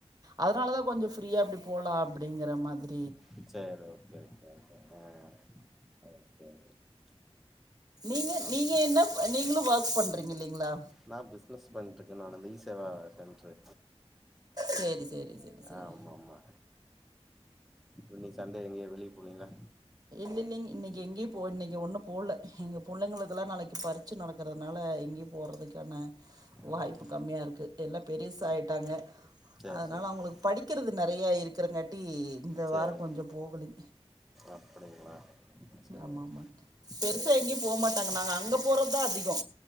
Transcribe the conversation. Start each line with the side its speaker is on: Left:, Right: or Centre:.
Right: அதனாலதா கொஞ்ச ஃப்ரீயா அப்டி போகலா அப்படிங்கிற மாரி
Centre: சரிஓகே ஓகே ஓகே அ ஆ <unintelligible>
Right: நீங்க
Centre: மேடம்
Right: நீங்க என்ன நீங்களு ஒர்க் பண்றீங்க இல்லைங்களா
Centre: நா பிசினஸ் பண்ருக்கே நானந்த ஈசேவா சென்ரு
Right: சரி சரி சரி, சரி.
Centre: ஆமா ஆமா இ நீ சண்டை எங்கேயே வெளியே போனீங்களா
Right: இல்ல இல்லைங் இன்னைக்கு இங்க எங்கியு போ இன்னைக்கி ஒன்னு போல எங்க புள்ளைங்களுக்குலா நாளைக்கு பறிச்ச நடக்கிறதுனால எங்கேயு போகறதுக்கான வாய்ப்பு
Centre: ம்
Right: கம்மியா இருக்கு எல்லா பெரீசாயிட்டாங்க
Centre: சேரி
Right: அதனால
Centre: சேரி
Right: அவங்களுக்கு
Centre: சேரி
Right: படிக்கிறது நெறையா இருக்கிறங்காட்டி இந்த
Centre: சேரிங்க
Right: வார கொஞ்ச போகல
Centre: அப்டிங்களா சேரி
Right: ஆமா ஆமா பெருசா
Centre: சேரிங்க
Right: எங்கேயு போக மாட்டாங்க நாங்க அங்க போறதா அதிக